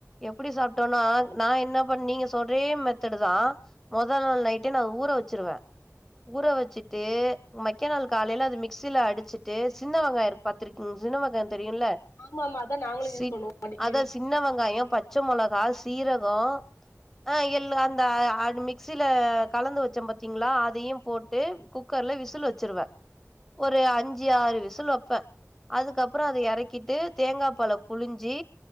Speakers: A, in the centre; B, on the left (about 65°).
A: எப்டி சாப்டோன்னா நா என்ன பண் நீங்க சொறே மெத்தடு் தா மொத நாள் நைட்டு நா ஊற வச்சிருவே ஊற வச்சிட்டு மக்க நாள் காலையில அது மிக்சில அடிச்சிட்டு சின்னவங்காய இருக் பத்திருக்கீங் சின்ன வெங்காய தெரியும்ல
B: ஆமா ஆமா அதா நாங்களு
A: சி
B: யூஸ் பண்ணுவோ அடிக்கடி
A: அத சின்ன வெங்காயோ பச் சமொளகா சீரகோ ஆ எல் அந்த மிக்சில கலந்து வச் சோ பத்தீங்ளா அதயு போட்டு குக்கர்ல விசில் வச்சிருவே ஒரு அஞ்சு ஆறு விசில் வப்பே அதுக்கப்பறோ அதை எறக்கிட்டு தேங்காப்பால புழிஞ்சி